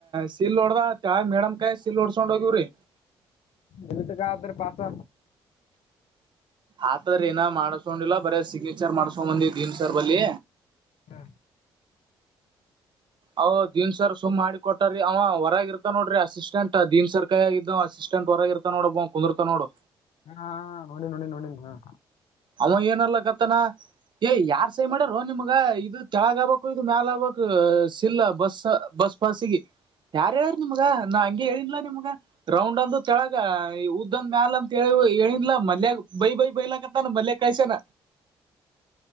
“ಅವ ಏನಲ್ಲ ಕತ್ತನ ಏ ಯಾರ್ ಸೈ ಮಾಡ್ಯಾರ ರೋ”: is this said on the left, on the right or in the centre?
Right